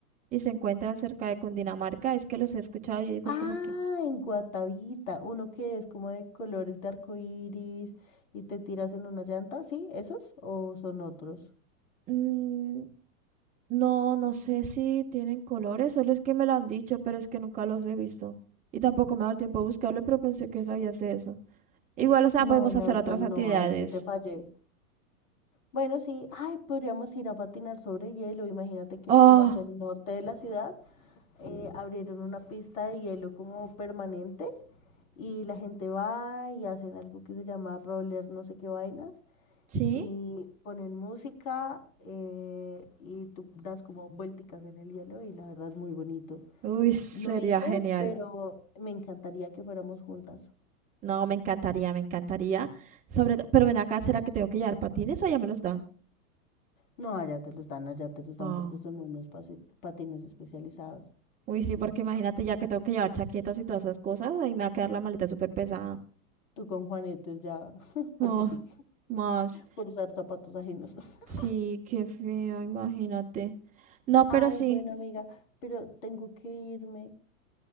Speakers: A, on the right (about 15°); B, on the left (about 60°).
A: y se encuentran cerca de Cundinamarca. Es que los he escuchado, yo digo
B: Ah,
A: como que
B: en Guatavita, uno que es como de colores de arco iris y te tiras en una llanta, ¿sí? ¿Esos o son otros?
A: mm, no, no sé si tienen colores, solo es que me lo han dicho, pero es que nunca los he visto. Y tampoco me ha dado tiempo de buscarlo, pero pensé que sabías de eso. Igual, o sea,
B: No,
A: podemos
B: la
A: hacer
B: verdad
A: otras
B: no,
A: actividades.
B: ahí sí te fallé. Bueno, sí, ay, podríamos ir a patinar sobre hielo. Imagínate que
A: Oh,
B: como hacia el norte de la ciudad eh, abrieron una pista de hielo como permanente y la gente va y hacen algo que se llama roller, no sé qué vainas.
A: ¿sí?
B: y ponen música eh, y tú das como vuelticas en el hielo y la verdad es muy bonito.
A: Uy, sería
B: No he ido,
A: genial.
B: pero me encantaría que fuéramos juntas.
A: No, me encantaría, me encantaría. Sobre, to- pero ven acá, ¿será que tengo que llevar patines o ya me los dan?
B: No, allá te los dan, allá te los dan
A: Ah,
B: porque son unos pasi- patines especializados.
A: uy, sí, porque imagínate ya que tengo que llevar chaquetas y todas esas cosas, ahí me va a quedar la maleta súper pesada.
B: Tú con Juanetes ya, <laughs> porque
A: Oh,
B: sí,
A: más.
B: por usar zapatos ajenos. <laughs>
A: Sí, qué feo, imagínate. No,
B: Ay,
A: pero sí.
B: bueno, amiga, pero tengo que irme.